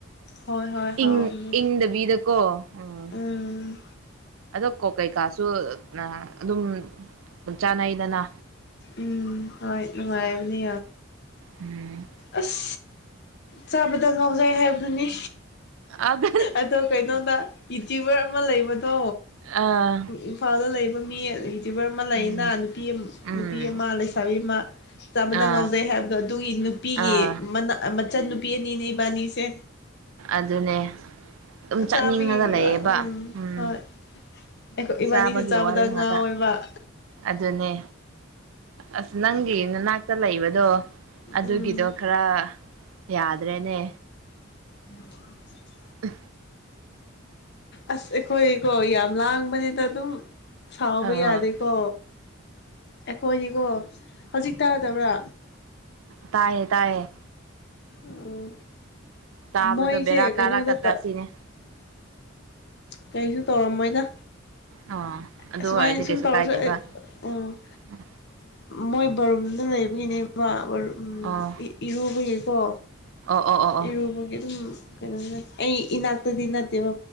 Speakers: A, on the left; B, on the right.
A: ꯍꯣꯏ ꯍꯣꯏ ꯍꯥꯎꯕꯅꯦ
B: ꯏꯪ ꯏꯪ ꯗꯕꯤꯗ ꯀꯣ ꯑꯣꯥ
A: ꯎꯝ
B: ꯑꯗꯣ ꯀꯣ ꯀꯩꯀꯥꯁꯨ ꯑꯗꯨꯝ ꯆꯥꯅꯩꯗꯅ
A: ꯎꯝ ꯍꯣꯏ ꯅꯨꯡꯉꯥꯏ ꯎꯅꯦ
B: ꯎꯝ
A: ꯑꯁ ꯆꯥꯕꯗ ꯉꯥꯎꯖꯩ ꯍꯥꯏꯕꯗꯨꯅꯤ
B: ꯑꯗꯨ
A: ꯑꯗꯣ ꯀꯩꯅꯣꯗ ꯌꯨꯇ꯭ꯌꯨꯕꯔ ꯑꯃ ꯂꯩꯕꯗꯣ
B: ꯑꯥ
A: ꯏꯝꯐꯥꯜꯗ ꯂꯩꯕ ꯃꯤ ꯌꯨꯇ꯭ꯌꯨꯕꯔ ꯑꯃ ꯂꯩꯌꯦꯅ
B: ꯎꯝ
A: ꯅꯨꯄꯤ
B: ꯎꯝ
A: ꯅꯨꯄꯤ ꯑꯃ ꯂꯩꯁꯥꯕꯤ ꯑꯃ ꯆꯥꯕꯗ
B: ꯑꯥ
A: ꯉꯥꯎꯖꯩ ꯍꯥꯏꯕꯗꯣ ꯑꯗꯨꯒꯤ ꯑꯩꯒꯤ
B: ꯑꯥ
A: ꯃꯅꯥ ꯃꯆꯥꯅꯨꯄꯤ ꯑꯅꯤꯅꯦ ꯏꯕꯥꯟꯅꯤꯁꯦ
B: ꯑꯗꯨꯅꯦ ꯑꯗꯨꯝ ꯆꯠꯅꯤꯡꯉꯒ
A: ꯆꯥꯕꯒꯤ
B: ꯂꯩꯌꯦꯕ ꯎꯝ
A: ꯍꯣꯏ ꯑꯩꯈꯣꯏ ꯏꯕꯥꯅꯤꯁꯦ
B: ꯆꯥꯕꯒꯤ
A: ꯆꯥꯕꯗ
B: ꯋꯥꯔꯤ ꯉꯥꯛꯇ
A: ꯉꯥꯎꯋꯦꯕ
B: ꯑꯗꯨꯅꯦ ꯑꯁ ꯅꯪꯒꯤ ꯅꯅꯥꯛꯇ ꯂꯩꯕꯗꯣ ꯑꯗꯨꯒꯤꯗꯣ
A: ꯎꯝ
B: ꯈꯔ ꯌꯥꯗ꯭ꯔꯦꯅꯦ
A: ꯎꯝ <inaudible>
B: ꯎ
A: ꯑꯁ ꯑꯩꯈꯣꯏ ꯀꯣ ꯌꯥꯝ ꯂꯥꯡꯕꯅꯤꯗ ꯑꯗꯨꯝ ꯁꯥꯎꯕ
B: ꯑꯥ
A: ꯌꯥꯗꯦꯀꯣ ꯑꯩꯈꯣꯏꯅꯤꯀꯣ ꯍꯧꯖꯤꯛ ꯇꯥꯗꯕ꯭ꯔꯥ
B: ꯇꯥꯌꯦꯦ ꯇꯥꯏꯌꯦ
A: ꯑꯣ
B: ꯇꯥꯕꯗꯣ
A: ꯃꯣꯏꯁꯦ
B: ꯕꯦꯔꯥ ꯀꯥꯔꯛꯀꯗ꯭ꯔꯥ
A: ꯀꯩꯅꯣꯗ
B: ꯁꯤꯅꯦ
A: ꯀꯩꯁꯨ ꯇꯧꯔꯝꯃꯣꯏꯗ
B: ꯑꯣ ꯑꯗꯨ
A: ꯑꯁꯨꯃꯥꯏꯅ
B: ꯑꯣꯏꯔꯗꯤ
A: ꯁꯨꯝ
B: ꯀꯩꯁꯨ
A: ꯇꯧꯔꯁꯨ
B: ꯀꯥꯏꯗꯦꯕ
A: ꯑꯩ ꯎꯝ
B: ꯎ
A: ꯃꯣꯏ ꯕꯔꯨꯝꯗ ꯂꯩꯕꯒꯤꯅꯦꯕ <unintelligible>
B: ꯑꯣ
A: ꯏꯔꯨꯕ ꯀꯣ
B: ꯑꯣ ꯑꯣ ꯑꯣ ꯑꯣ
A: ꯏꯔꯨꯕꯒꯤ ꯑꯗꯨꯝ ꯎꯝ ꯀꯩꯅꯣꯅꯦ ꯑꯩ ꯏꯅꯥꯛꯇꯗꯤ ꯅꯠꯇꯦꯕ